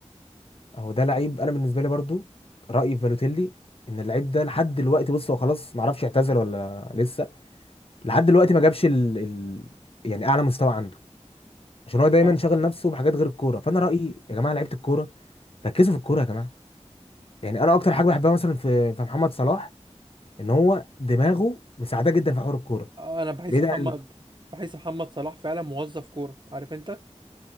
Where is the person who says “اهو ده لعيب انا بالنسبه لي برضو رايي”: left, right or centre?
Left